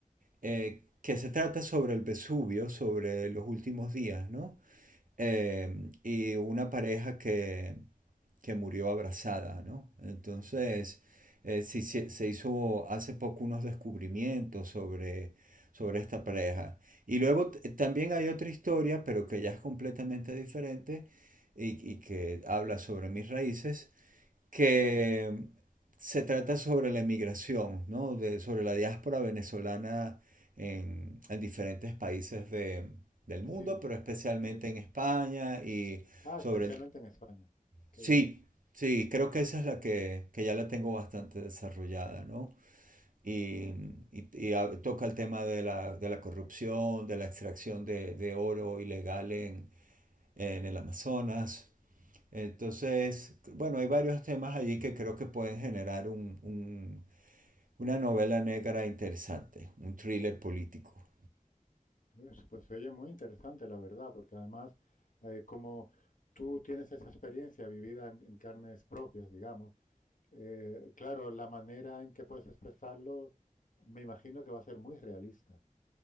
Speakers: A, on the right; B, on the left.
A: eh, que se trata sobre el Vesubio, sobre los últimos días, ¿no? Eh, y una pareja que, que murió abrazada, ¿no? Entonces, eh, sí, se se hizo hace poco unos descubrimientos sobre, sobre esta
B: Sí,
A: pareja. Y luego t- también hay otra historia, pero que ya es completamente diferente y, y que habla sobre mis raíces, que se trata sobre la emigración, ¿no? De, sobre la diáspora venezolana en, en diferentes países de, del mundo,
B: sí.
A: pero especialmente
B: de-
A: en España y
B: Ah,
A: sobre
B: especialmente
A: el...
B: en España.
A: Sí,
B: Qué bien.
A: sí, creo que esa es la que, que ya la tengo bastante desarrollada, ¿no? Y, y- y a- toca el tema de la, de la corrupción, de la extracción de, de oro ilegal en, en el Amazonas, entonces, bueno, hay varios temas allí que creo que pueden generar un- un- una novela negra interesante, un thriller político.
B: Pues, pues se oye muy interesante, la verdad, porque además, eh, como tú tienes esa experiencia vivida en, en carnes propias, digamos, Eh, claro, la manera en que puedes expresarlo, me imagino que va a ser muy realista.